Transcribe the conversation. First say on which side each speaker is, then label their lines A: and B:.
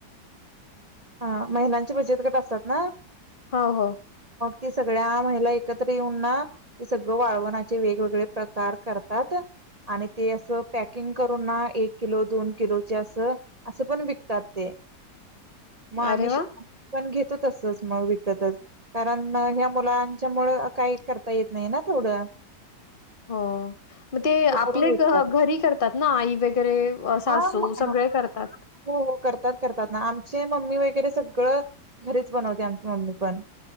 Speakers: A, on the right (about 45°); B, on the left (about 40°).
A: हा महिलांची बचत गट असतात ना..
B: हो हो
A: ते सगळ्या महिला एकत्र येऊन ना ते सगळ वाळवणाचे वेगवेगळे प्रकार करतात आणि ते असं पॅकिंग करून ना एक किलो दोन किलोचे असं असं पण व तबते <unintelligible> मग आम्ही
B: अरे वाह!
A: आम् पण घेत <unintelligible> त तसच मग विकतच कारण ह्या मुलांच्या मुळ काही करता येत नाही ना थोडं
B: हो मग ते आपले
A: करून विकतात
B: घरी करतात ना आई वगैरे सासू
A: हा म-
B: सगळे करतात.
A: हो हो करतात करतात ना आमचे मम्मी वगैरे सगळं घरीच बनवते आमची मम्मी पण